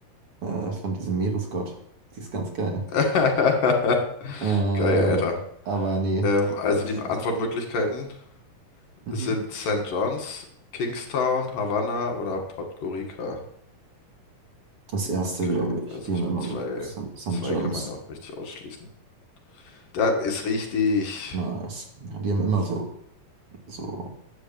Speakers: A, on the right; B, on the left.
A: äh, von diesem Meeresgott. Die ist ganz geil.
B: <laughs>
A: Äh,
B: Geil, Alter.
A: aber nee,
B: Ähm, also
A: weiß
B: die
A: ich
B: Antwortmöglichkeiten
A: nicht. Mhm.
B: sind St. John's, Kingstown, Havanna oder Podgorica.
A: Das erste,
B: Okay,
A: glaube ich.
B: also
A: Die haben
B: ich
A: immer
B: meine, zwei,
A: so Saint
B: zwei
A: John's.
B: kann man ja auch richtig ausschließen. Da ist richtig.
A: Nice. Ja, die haben immer so, so